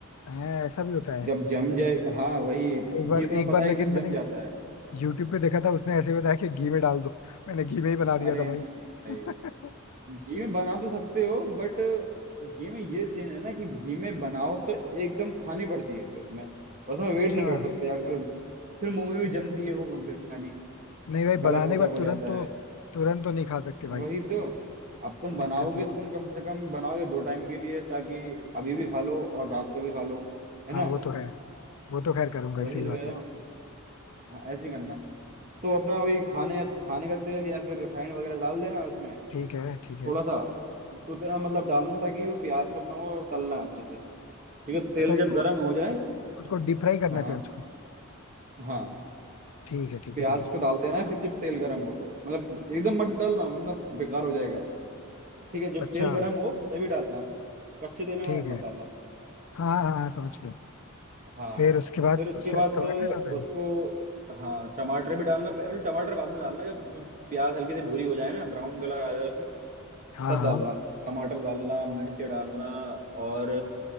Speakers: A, on the left; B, on the right.
A: है ऐसा भी होता है
B: जब जम जाए हाँ वही घी
A: एक बार
B: तो मैं
A: एक बार
B: पता है
A: लेकिन
B: एकदम जम
A: मैंने
B: जाता है
A: यूट्यूब पे देखा था उसने ऐसे बताया कि घी में डाल दो मैंने घी में ही बना दिया
B: अरे
A: था भाई
B: नहीं
A: <laughs>
B: घी में बना तो सकते हो बट घी में ये सीन है ना कि घी में बनाओ तो एकदम खानी पड़ती है उसमें उसमें वेट
A: अच्छा
B: नहीं कर सकते अगर फिर मुंह में भी जमती है वो बिरयानी
A: नहीं भाई
B: गला
A: बनाने
B: खुशक
A: के बाद
B: हो
A: तुरंत
B: जाता
A: तो तुरंत तो नहीं खा सकते भाई
B: वही तो अब तुम बनाओगे
A: दिक्कत ये
B: तो
A: तो
B: तुम
A: है
B: कम से कम बनाओगे दो टाइम के लिए ताकि अभी भी खा लो और रात को भी खा लो है
A: हाँ
B: ना
A: वो तो है वो तो खैर करूंगा
B: वही
A: ही, सही
B: तो
A: बात
B: कह रहा
A: है
B: हूँ हाँ, ऐसे ही करना तो अपना वही खाने खाने का तेल या फिर रिफाइंड वगैरह डाल देना उसमें
A: ठीक है ठीक है
B: थोड़ा सा उतना मतलब डालना ताकि वो प्याज को अपना वो तलना है अच्छे से ठीक है तेल
A: अच्छा उसको
B: जब गर्म हो जाए
A: उसको डीप फ्राई करना
B: हाँ
A: है
B: हाँ
A: प्याज को
B: हाँ
A: ठीक है ठीक
B: प्याज
A: है समझ गया
B: को डाल देना है। फिर जब तेल गर्म हो तो मतलब एकदम मत डालना वरना बेकार हो जाएगा ठीक है जब
A: अच्छा
B: तेल गर्म हो तभी डालना कच्चे तेल
A: ठीक
B: में
A: है
B: मत डालना
A: हाँ हाँ हाँ समझ गया
B: हाँ
A: फिर उसके बाद
B: फिर उसके
A: उसका
B: बाद
A: टमाटर डालना
B: उसको
A: है
B: हाँ टमाटर भी डालना पहले टमाटर बाद में डालना जब प्याज हल्की सी भूरी हो जाए ना ब्राउन कलर आ जाए उसमें
A: हाँ
B: तब
A: हाँ
B: डालना टमाटर डालना मिर्च डालना और